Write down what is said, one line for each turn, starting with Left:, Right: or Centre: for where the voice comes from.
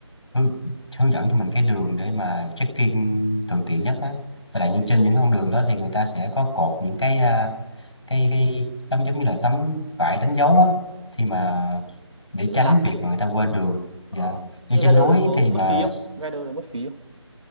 Left: hướng, hướng dẫn cho mình cái đường để mà check-in thuận tiện nhất á. Và lại những trên những con đường đó thì người ta sẽ có cột những cái à, cái cái tấm giống như là tấm vải đánh dấu á thì mà để
Right: đỡ
Left: tránh
Right: lạc à
Left: việc mà người ta quên đường.
Right: ờ
Left: và Do
Right: như
Left: trên
Right: Gather
Left: núi
Right: đấy có
Left: thì mà
Right: mất phí không Gather đấy mất phí không